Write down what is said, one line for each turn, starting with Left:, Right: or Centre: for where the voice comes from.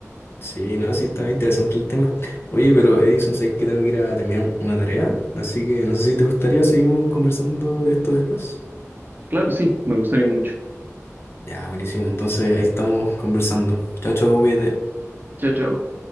Left: Sí, no, sí está interesante el tema. Oye, pero Edison, sabes que tengo que ir a terminar una tarea, así que no sé si te gustaría, seguimos conversando de esto después.
Right: Claro, sí, me gustaría mucho.
Left: Ya, buenísimo, entonces ahí estamos conversando. Chao, chao, cuídate.
Right: Chao, chao.